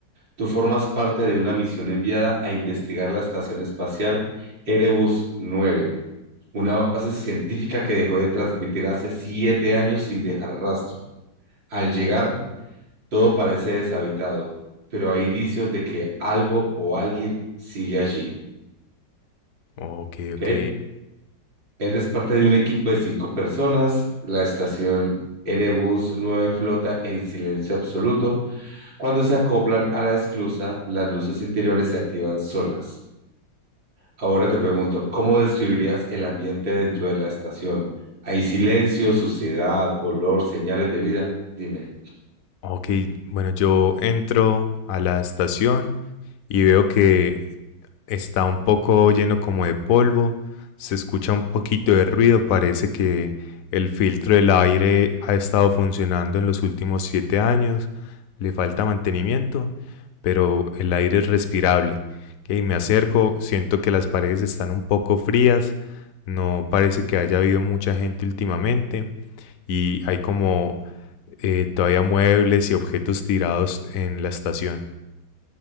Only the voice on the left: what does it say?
ok,
ok.
Ok, bueno, yo entro a la estación y veo que Está un poco lleno como de polvo, se escucha un poquito de ruido, parece que el filtro del aire ha estado funcionando en los últimos siete años, le falta mantenimiento, pero el aire es respirable. Y me acerco, siento que las paredes están un poco frías, no parece que haya habido mucha gente últimamente y hay como eh, todavía muebles y objetos tirados en la estación.